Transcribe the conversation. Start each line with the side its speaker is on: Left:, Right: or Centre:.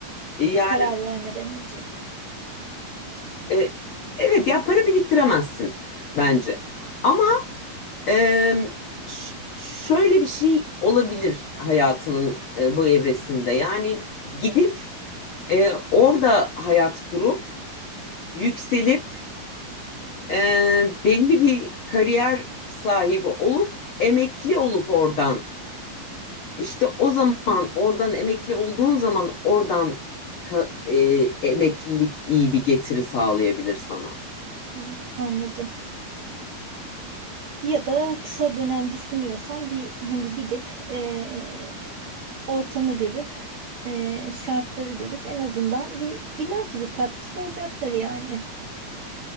Left: yani
Right: karar vermeden önce.
Left: e, evet ya para biriktiremezsin bence. Ama Ee, ş- şöyle bir şey olabilir hayatının e, bu evresinde. Yani gidip e, orada hayat kurup, yükselip, e, belli bir kariyer sahibi olup, emekli olup oradan işte o zaman oradan emekli olduğun zaman oradan ka- e, emeklilik iyi bir getiri sağlayabilir sana.
Right: Hı, anladım. Ya da kısa dönem düşünüyorsan bir hani gidip eee, ortamı görüp eee, şartları görüp en azından bir illaki bir katkısı olacaktır yani.